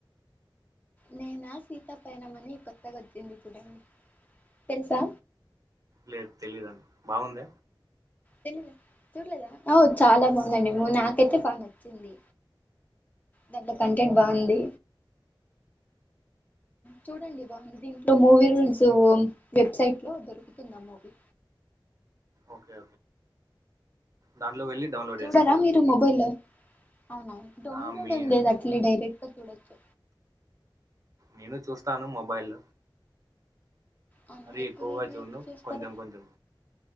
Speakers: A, on the left; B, on the right.
A: నేనా సీతా పైనమని కొత్తగా వచ్చింది ఇప్పుడు తెలుసా
B: లేదు తెలీదండి బాగుంద
A: తెలిదు చూడలేదా ఔ చాలా బాగుందండి నాకైతే బాగా నచ్చింది దాంట్లో కంటెంట్ బాగుంది చూడండి బాగుంది దీంట్లో మూవీ రూల్స్ వెబ్సైట్ లో దొరుకుతుందా మూవీ
B: కే ఓకే దాంట్లో వెళ్ళి డౌన్లోడ్
A: చూడరా
B: చేసుకోవాలా
A: మీరు మొబైల్ అవునా డౌన్లోడ్
B: ఆ మీ
A: ఏం లేదు అట్లే డైరెక్ట్గా చూడచ్చు
B: నేను చూస్తాను మొబైల్
A: అవునా
B: అది
A: ఎక్కువ
B: ఎక్కువగా
A: ఏది
B: చూడ్ను
A: యూస్ చేస్తారు
B: కొంచెం కొంచెం